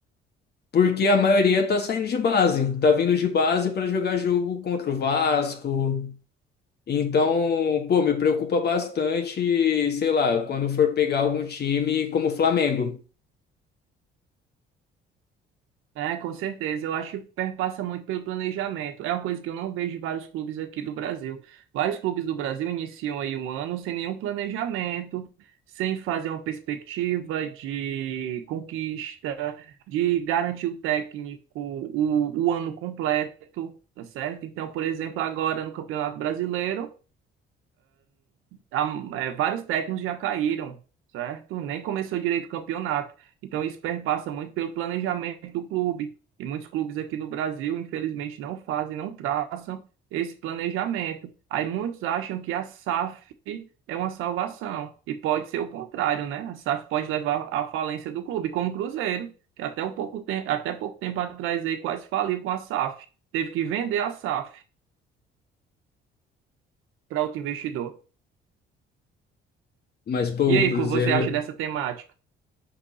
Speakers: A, on the left; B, on the right.
A: Porque a maioria tá saindo de base, tá vindo de base para jogar jogo contra o Vasco. Então, pô, me preocupa bastante, sei lá, quando for pegar algum time como o Flamengo.
B: É, com certeza. Eu acho que perpassa muito pelo planejamento. É uma coisa que eu não vejo em vários clubes aqui do Brasil. Vários clubes do Brasil iniciam aí um ano sem nenhum planejamento, sem fazer uma perspectiva de conquista, de garantir o técnico o, o ano completo, tá certo? Então, por exemplo, agora no Campeonato Brasileiro há- é, vários técnicos já caíram, certo? Nem começou direito o campeonato. Então isso perpassa muito pelo planejamento do clube. E muitos clubes aqui no Brasil, infelizmente, não fazem, não traçam esse planejamento. Aí muitos acham que a SAF é uma salvação. E pode ser o contrário, né? A SAF pode levar à falência do clube, como o Cruzeiro, que até um pouco tem- até pouco tempo atrás aí quase faliu com a SAF. Teve que vender a SAF para outro investidor.
A: Mas, pô,
B: E
A: o
B: aí,
A: Cruzeiro.
B: o que você acha dessa temática?